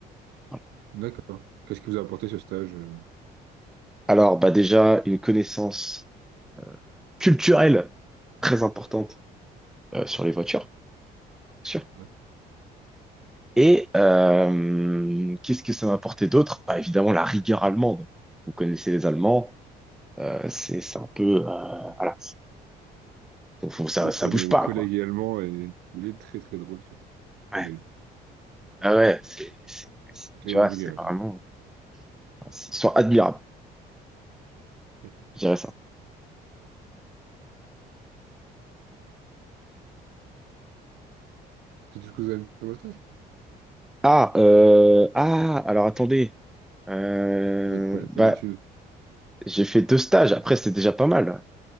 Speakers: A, in the centre; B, on the right (about 85°).
A: Voilà.
B: D'accord. Qu'est-ce qui vous a apporté ce stage? euh,
A: Alors, bah déjà, une connaissance culturelle très importante euh, sur les voitures, bien sûr.
B: ouais.
A: Et euh, qu'est-ce que ça m'a apporté d'autre? Bah, évidemment, la rigueur allemande. Vous connaissez les Allemands, euh, c'est c'est un peu... euh, voilà, c'est- faut- faut- ça,
B: Je connais
A: ça bouge
B: mon
A: pas,
B: collègue
A: quoi.
B: également et il est très très drôle surtout.
A: Ouais,
B: Et,
A: ah ouais, c'est, c'est- c'est-
B: et
A: tu
B: on
A: vois,
B: rigole,
A: c'est vraiment, ils sont admirables,
B: C'est
A: je dirais ça.
B: c'est tout ce que vous avez fait dans stage?
A: Ah, euh, ah, alors attendez, euh,
B: Votre projet de
A: bah,
B: fin d'études?
A: j'ai fait deux stages. Après, c'est déjà pas mal.